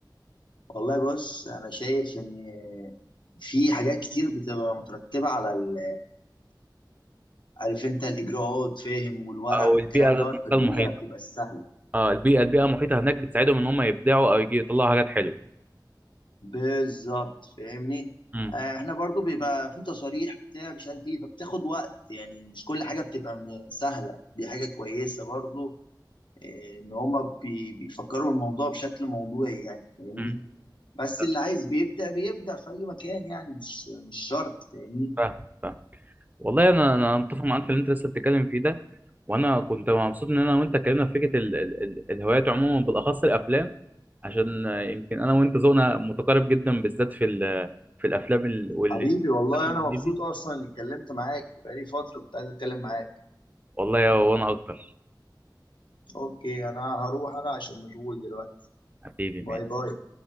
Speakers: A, on the left; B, on the right.
A: والله بص انا شايف ان في حاجات كتير بتبقى مترتبه على ال... عارف انت الاجراءات فاهم والورق
B: او
A: والكلام
B: البيئه ذات
A: دوت
B: نفسها
A: فالدنيا
B: المحيطه
A: بتبقى سهله
B: اه البيئه البيئه المحيطه هناك بتساعدهم ان هم يبدعوا او يجي يطلعوا حاجات حلوه
A: بالظبط فاهمني
B: امم
A: آه، احنا برضو بيبقى في تصاريح بتاع مش عارف ايه فبتاخد وقت يعني مش كل حاجه بتبقى م- سهله دي حاجه كويسه برضو آه، ان هما بي... بيفكروا الموضوع بشكل موضوعي يعني فاهمني
B: امم
A: بس
B: فاهم
A: اللي عايز بيبدأ بيبدأ في اي مكان يعني مش مش شرط فاهمني
B: فاهم والله انا انا متفق معاك في اللي انت لسه بتتكلم فيه ده وانا كنت مبسوط ان انا وانت اتكلمنا في فكره ال ال ال الهوايات عموما بالاخص الافلام عشان آه، يمكن انا وانت ذوقنا متقارب جدا بالذات في ال- في الافلام ال- والانتاج
A: حبيبي والله
B: الانجليزي
A: انا مبسوط اصلا اني اتكلمت معاك بقالي فتره كنت عايز اتكلم معاك
B: والله يا وانا اكتر
A: اوكي انا هروح انا عشان مشغول دلوقتي
B: حبيبي
A: باي
B: ماشي
A: باي